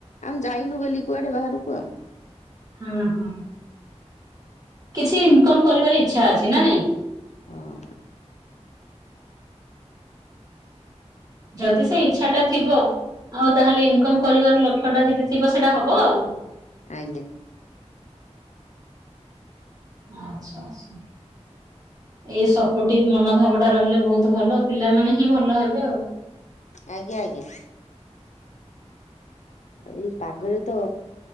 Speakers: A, on the left (about 85°); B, on the right (about 30°).
A: ଆମେ ଯାଇନୁ ବୋଲି କୁଆଡେ ବାହାରକୁ ଆଉ।
B: ହଁ ହଁ କିଛି ଇନକମ କରିବାର ଇଚ୍ଛା ଅଛି ନା ନାଇଁ?
A: ହଁ।
B: ଯଦି ସେ ଇଚ୍ଛାଟା ଥିବ ଆଉ ତାହେଲେ ଇନକମ କରିବାର ଲକ୍ଷ୍ୟ ଟା ଯଦି ଥିବ ସେଇଟା ହବ ଆଉ।
A: ଆଜ୍ଞା।
B: ଆଚ୍ଛା ଆଚ୍ଛା। ଏଇ ସପୋଟି ମନୋଭାବ ଟା ରହିଲେ ବହୁତ ଭଲ ପିଲାମାନେ ହିଁ ଭଲ ହେବେ ଆଉ।
A: ଆଜ୍ଞା ଆଜ୍ଞା। ଏଇ ପାଗରେ ତ